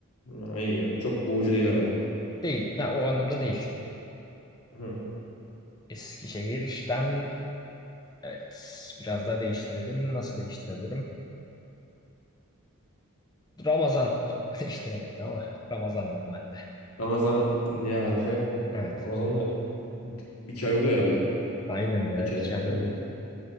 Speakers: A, on the left; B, on the left.
A: Ha, iyi ya. Çok boğucu değil herhalde.
B: Değil. Ya o anlamda değil.
A: Hı.
B: Eskişehir'den evet biraz daha değiştirelim. Nasıl değiştirebilirim? Ramazan. Çok <laughs> değiştiremedik ama Ramazan diyeyim ben de.
A: Ramazan ne harfi?
B: Evet.
A: Ramazan da iki ay oluyor herhalde.
B: Aynen ya.
A: Geçeli.
B: iki ay
A: Değil
B: oluyor.
A: mi?